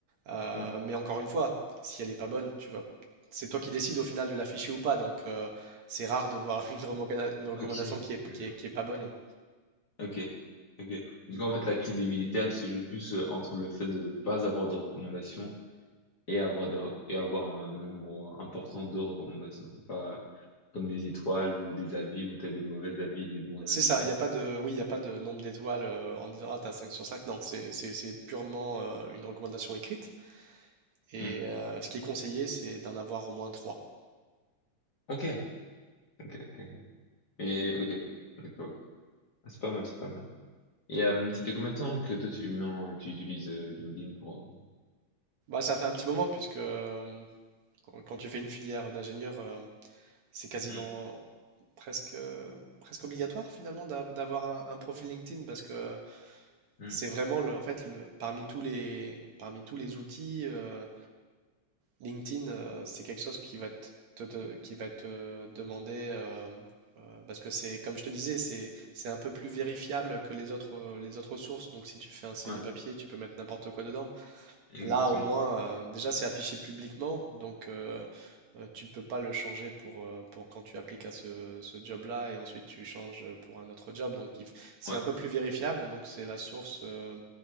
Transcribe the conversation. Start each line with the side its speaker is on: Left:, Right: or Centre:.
Right: Euh,
Left: ouais.
Right: mais encore une fois, si elle n'est pas bonne, tu vas, c'est toi qui décides au final de l'afficher ou pas. Donc, euh, c'est rare de voir <laughs> une, remoca- une recommandation
Left: Ok,
Right: qui est,
Left: d'accord.
Right: qui est, qui est pas bonne.
Left: Ok, ok. Du coup, en fait, la crédibilité, elle se joue plus euh, entre le fait de pas avoir de recommandations et avoir des re- et avoir un nombre important de recommandations. C'est pas comme des étoiles ou des avis où t'as des mauvais avis, des bons
Right: C'est
Left: avis.
Right: ça, il n'y a pas de, oui, il n'y a pas de nombre d'étoiles euh, en disant, ah, t'as 5 sur 5. Non, c'est c'est- c'est purement euh, une recommandation écrite. Et
Left: Hmm.
Right: euh, ce qui est conseillé, c'est d'en avoir au moins trois.
Left: Ok, ok, ok, ok. Mais ok, d'accord. ok. Ah, C'est pas mal, c'est pas mal. Et euh, ça fait combien de temps que toi tu, non, tu utilises euh, LinkedIn pour...
Right: Bah, ça fait un petit moment, puisque euh, quand tu fais une filière d'ingénieur, euh, c'est quasiment
Left: euh, hmm.
Right: presque, euh, presque obligatoire finalement d'av- d'avoir un, un profil LinkedIn, parce que
Left: hmm.
Right: c'est vraiment, le, en fait, le, parmi tous les, parmi tous les outils, euh, LinkedIn, euh, c'est quelque chose qui va te, te- te- qui va te demander, euh, euh, parce que c'est, comme je te disais, c'est, c'est un peu plus vérifiable que les autres, les autres sources. Donc si tu fais un CV
Left: Ouais,
Right: papier, tu peux mettre n'importe quoi dedans.
Left: exactement.
Right: Là, au moins,
Left: Ouais.
Right: euh, déjà, c'est affiché publiquement, donc euh, euh, tu peux pas le changer pour, euh, pour quand tu appliques à ce, ce job-là et ensuite tu changes euh, pour un autre job. Donc, il f- c'est
Left: Ouais.
Right: un peu plus vérifiable. Donc, c'est la source euh,